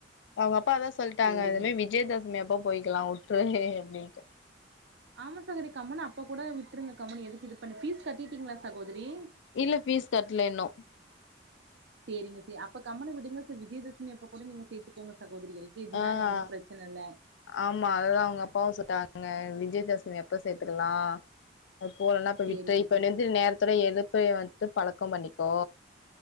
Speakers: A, on the left (about 70°); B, on the right (about 65°).
A: அவங்க அப்பா அதா சொல்ட்டாங்க
B: சேரிங்க
A: இனிமே விஜயதசமி அப்போ போயிக்கலா உட்ரு நீ அப்டின்ட்டு
B: ஆமா சகோதரி கம்முனு அப்ப கூட விட்டுருங்க கம்னு எதுக்கு இது பண்ணி ஃபீஸ் கட்டிட்டீங்களா சகோதரி
A: இல்ல ஃபீஸ் கட்ல இன்னு
B: சேரிங்க சேரி அப்ப கம்முனு விடுங்க சார் விஜயதசமி அப்ப கூட நீங்க சேத்துக்கோங்க சகோதரிகளே கேஜி
A: ஆ
B: தானே ஒன்னு பிரச்சன இல்ல
A: ஆமா அததா அவங்க அப்பாவு சொல்ட்டாங்க விஜயதசமி அப்ப சேத்துக்கலா அது போலனா இப்ப
B: சேரிங்க
A: விட்டுரு இப்ப நெந்திரிக்கற நேர இப்பத எழுப்ப வந்துட்டு பழக்கோ பண்ணிக்கோ